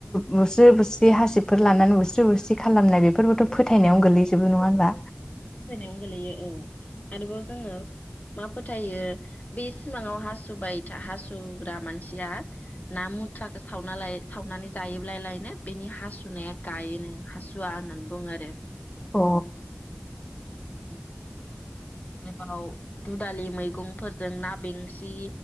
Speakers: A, on the left (about 15°); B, on the left (about 40°).
A: बुस्रि बुस्रि हासिबफोर लानानै बुस्रि बुस्रि खालामनाय बेफोरबोथ' फोथायनायावनो गोलै ज जेबो नङा होनबा।
B: फोथायनायावनो गोलैयो औ‌। आरोबाव जोङो मा फोथायो बे सिमाङाव हासुबाय था हासुग्रा मानसिया ना मुथुवाखो सावना लाय सावनानै जायोब्ला लायनो बेनि हासुनाया गायोनो हासुवा होननानै बुङो आरो।
A: अ
B: उम एबाव दुदालि मैगंफोरजों ना बेंसि